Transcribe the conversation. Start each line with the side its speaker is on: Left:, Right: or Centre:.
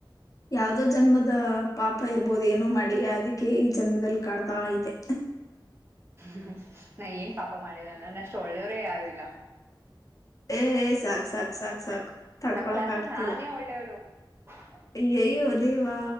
Left: ಯಾವ್ದೋ ಜನ್ಮದ ಪಾಪ ಇರ್ಬೋದು ಏನೋ ಮಾಡಿ ಅದಕ್ಕೆ ಈ ಜನ್ಮದಲ್ಲಿ ಕಾಡ್ತಾ ಐತೆ
Right: ್ಮ ನಾ ಏನ್ ಪಾಪ ಮಾಡಿಲ್ಲಲ್ಲ ನಾನ ಅಷ್ಟು ಒಳ್ಳೆಯವ್ರೇ ಯಾರು ಇಲ್ಲ
Left: ಏ ಸಾಕ್ ಸಾಕ್ ಸಾಕ್ ಸಾಕ್ ತಡ್ಕೊಳಕ್
Right: ನಮ್ ಕ್ಲಾಾಸ
Left: ಆಗ್ತಿಲ್ಲ
Right: ಅಲ್ಲಿ ನಾನೇ ಒಳ್ಳೇಳು ಹ
Left: ಅಯ್ಯಯ್ಯೋ ಅದೇವಾ